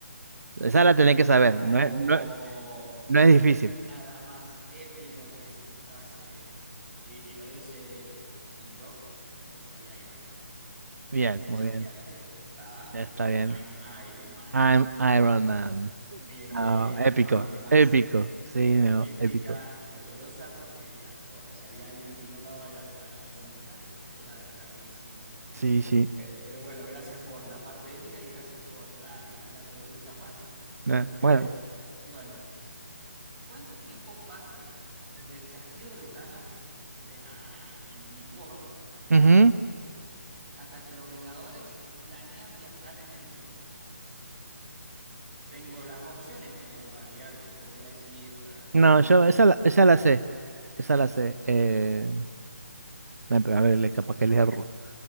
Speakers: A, on the right; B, on the right.
A: Esa la tenés que saber,
B: Oh,
A: no es, no es- no es difícil.
B: no hay nada más épico que esa frase. Y, y lo dice, y yo, yo soy Iron Man.
A: Bien,
B: Y
A: muy
B: chasquea
A: bien,
B: los dedos. Ah,
A: ya está bien.
B: I'm Iron Man.
A: I'm Iron Man.
B: Es,
A: Ah,
B: es- es la
A: épico,
B: parte más
A: épico, sí, no,
B: épica
A: épico.
B: y dolorosa porque a co- si había alguien que yo amaba era a, a Tony Stark. Era, era buenísimo.
A: Sí, sí.
B: Eh, pero bueno, gracias por la parte épica y gracias por la, la- la pregunta fácil.
A: Ah,
B: Eh,
A: bueno,
B: bueno. ¿Cuánto tiempo pasa desde el chasquido de Thanos de la Infinite War, la primera,
A: ujú.
B: hasta que los Vengadores planean viajar en el tiempo? Tengo las opciones, pero en realidad te podría decir eh,
A: No,
B: es un
A: yo
B: lapso
A: esa la,
B: de tiempo.
A: esa la sé, esa la sé. Eh, ay, pero a ver, le- capaz que le erro.